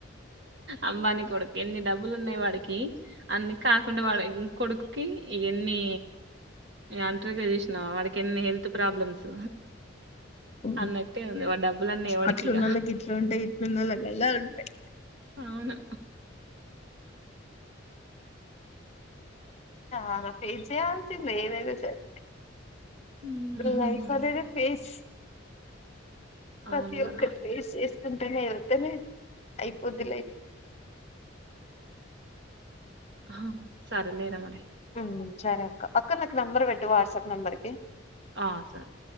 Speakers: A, on the right (about 60°); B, on the left (about 35°).
A: అంబానీ కొడుకి ఎన్ని డబ్బులున్నాయి వాడికి, అన్ని కా కుంటే వాడ ఇం కొడుకుకి ఎన్ని, ఇంగన్ డాక్టర్ గా చూసినావ, వాడికి ఎన్ని హెల్త్ ప్రాబ్లమ్స్
B: మ్
A: అన్నట్టే ఉంది. వాడి డబ్బులన్నీ ఎవడికిగ.
B: అట్లున్నోళ్ళకి ఇట్లా ఉంటే, ఇట్లున్నోళ్ళకి అలా ఉంటాయి.
A: అవును.
B: చాల ఫేస్ చెయ్యాల్సిందే ఏదైనా సరె.
A: హ్మ్.
B: ఇప్పుడు లైఫ్
A: అంతే.
B: అనేదే ఫేస్ ప్రతి
A: అవును
B: ఒక్కరి
A: గదా మరి.
B: ఫేస్ చేస్ కుంటనే, ఎళ్తనే అయిపోద్ది లైఫ్.
A: హ సరే లేరా మరి.
B: మ్ సరే అక్క. అక్క నాకు నంబర్ పెట్టు వాట్సాప్ నెంబర్కి.
A: ఆ సరె.